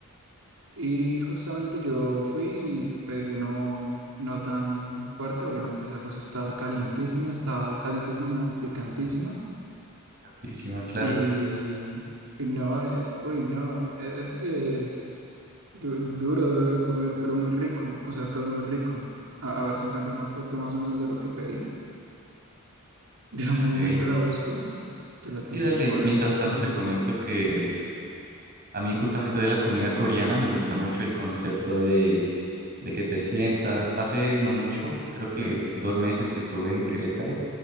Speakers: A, on the right; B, on the right.
A: Y justamente yo fui y pedí uno no tan fuerte, obviamente esa cosa estaba calientísima, estaba calientísima, no, picantísima.
B: Encima, claro.
A: Y y no, eh, uy, no, e- eso sí es du- duro, duro de comer, pero muy rico, o sea, todo muy rico. A, a ver si encuentro una foto más o menos de lo que pedí. <laughs> Déjame
B: Ok,
A: un momento,
B: ok.
A: la busco, que la tengo
B: Sí, dale.
A: por
B: Mientras
A: aquí.
B: tanto te comento que a mí justamente de la comida coreana me gusta mucho el concepto de, de que te sientas. Hace no mucho, creo que dos meses que estuve en Querétaro,